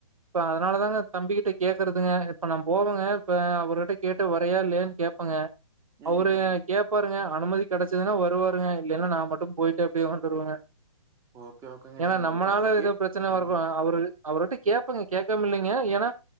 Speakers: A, on the right (about 70°); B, on the right (about 15°).
A: இப்ப அதனாலதாங்க தம்பிக்கிட்ட கேக்குறதுங்க இப்ப நம் போவங்க இப்ப அவர்கிட்ட கேட்டு வரையா இல்லலைன்னு கேப்பங்க
B: ம்,
A: அவரு
B: ம்.
A: கேப்பாருங்க அனுமதி கிடைச்சதுன்னா வருவாருங்க இல்லலைன்னா நான் மட்டும் போயிட்டு அப்டியே வந்துருவங்க
B: ஓகே ஓகேங்க
A: ஏன்னா
B: நீங்க ஒரு
A: நம்மளால
B: வார்த்த கேட்
A: எதும் பிரச்சனை
B: ம்.
A: வரக்கூடாது அவரு அவருட்ட கேப்பங்க கேட்காம இல்லைங்க ஏன்னா